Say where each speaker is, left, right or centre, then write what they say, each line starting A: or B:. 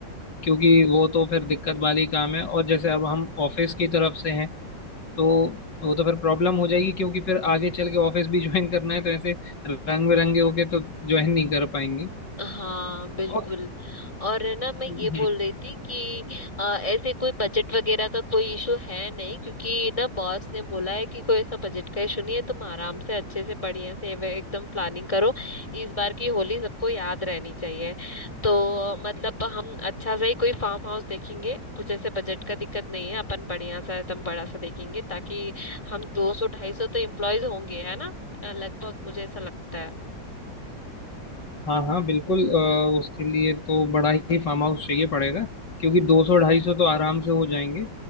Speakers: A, on the left (about 75°); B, on the left (about 15°).
A: क्योंकि वो तो फिर दिक्कत वाली काम है और जैसे अब हम ऑफिस की तरफ से हैं तो वो तो फिर प्रॉब्लम हो जाएगी क्योंकि फिर आगे चल के ऑफिस भी ज्वाइन करना है तो ऐसे रंग बिरंगे होके तो ज्वाइन नहीं कर पाएंगे
B: हाँ बिल्कुल
A: और
B: और है ना मैं ये
A: हम्म,
B: बोल रही थी कि अ, ऐसे कोई बजट वगैरह का कोई इशू है नहीं क्योंकि ना बॉस ने बोला है कि कोई ऐसा बजट का इशू नहीं है तुम आराम से अच्छे से बढ़िया से वे- एकदम प्लानिंग करो इस बार की होली सबको याद रहनी चाहिए तो मतलब हम अच्छा सा ही कोई फार्म हाउस देखेंगे कुछ ऐसे बजट का दिक्कत नहीं है अपन बढ़िया सा एकदम बड़ा सा देखेंगे ताकि हम दो सौ ढाई सौ तो एम्प्लॉयज होंगे है ना अ, लगभग मुझे ऐसा लगता है
A: हाँ हाँ बिल्कुल अ, उसके लिए तो बड़ा ही फार्म हाउस चाहिए पड़ेगा क्योंकि दो सौ ढाई सौ तो आराम से हो जाएंगे